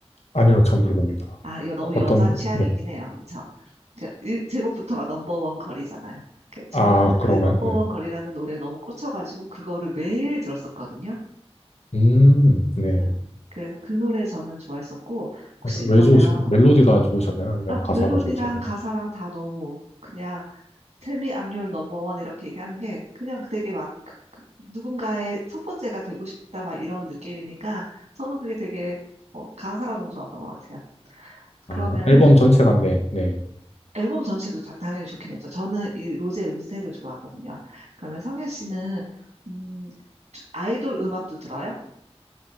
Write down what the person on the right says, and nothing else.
아, 이거 너무
여자 취향이긴
해요. 그렇죠? 그러니까 일- 제목부터가 넘버원 거리잖아요. 그 저는
그 넘버원
거리라는 노래에 너무 꽂혀가지고 그거를 매일 들었었거든요.
네. 그래서 그 노래 저는 좋아했었고, 혹시
그러면,
아,
멜로디랑
가사랑 다 너무 그냥 Tell me I'm your number one 이렇게 얘기하는 게 그냥 되게 막 그- 그 누군가의 첫 번째가 되고 싶다 막 이런 느낌이니까 저는 그게 되게 어, 가사가 너무 좋았던 것 같아요. 그러면은
앨범 전체도 다- 당연히 좋긴 했죠. 저는 이 로제 음색을 좋아하거든요. 그러면 성현 씨는 음, 아이돌 음악도 들어요?